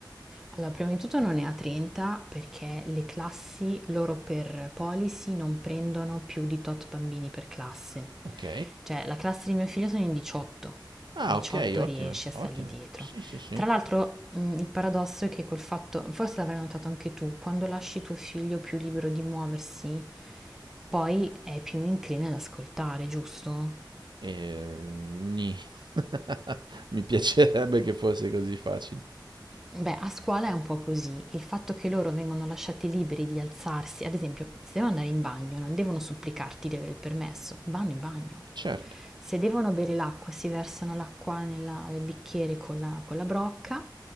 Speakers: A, in the centre; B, on the right.
A: Allora, prima di tutto non è a 30 perché le classi loro per policy non prendono più di tot bambini per classe.
B: Ok?
A: Cioè, la classe di mio figlio sono in 18,
B: Ah,
A: 18
B: ok, ottimo,
A: riesce a stargli
B: ottimo.
A: dietro.
B: Sì, sì, sì.
A: Tra l'altro, mh, il paradosso è che col fatto, forse l'avrai notato anche tu, quando lasci tuo figlio più libero di muoversi, poi è più incline ad ascoltare, giusto?
B: E... nì. <laughs> Mi piacerebbe che fosse così facile.
A: Beh, a scuola è un po' così. Il fatto che loro vengono lasciati liberi di alzarsi, ad esempio, se devono andare in bagno, non devono supplicarti di avere il permesso, vanno in bagno.
B: Certo.
A: Se devono bere l'acqua, si versano l'acqua nella- nel bicchiere con la, con la brocca